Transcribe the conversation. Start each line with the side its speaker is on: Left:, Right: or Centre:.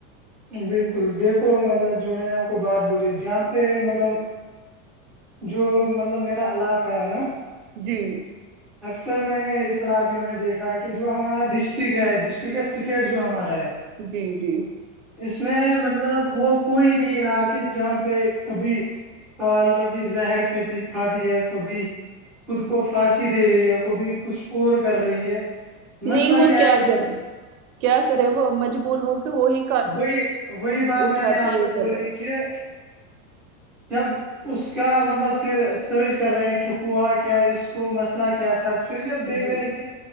Centre: بالکل دیکھو مطلب جو میں نے آپ کو بات بولی جہاں پہ مطلب جو مطلب میرا علاقہ ہے نا
Right: جی
Centre: اکثر میں نے اس علاقے میں دیکھا کہ جو ہمارا ڈسٹرک ہے ڈسٹرک ہے اسٹیٹ جو ہمارا ہے
Right: جی جی
Centre: اس میں مطلب وہ کوئی نہیں رہا کہ جہاں پہ کبھی کال لڑکی زہر کھیتی کھااتی ہے کبھی خود کو پھانسی دے رہی ہے کوبھی کچھ اور کر رہی ہے مسئلہ
Right: نہیں وہ
Centre: کیا ہے جب
Right: کرے کیا کرے وہ مجبور ہو کے وہی
Centre: وہی وہی بات
Right: اٹھاتی
Centre: میں نے آپ کو
Right: ہے
Centre: بولی
Right: قدم
Centre: کہ جب اس کا مطلب پھر سرچ کر رہے ہیں کہ ہوا کیا اس کو مسئلہ کیا تھا پھر جب دیکھ رہے
Right: جی
Centre: کہ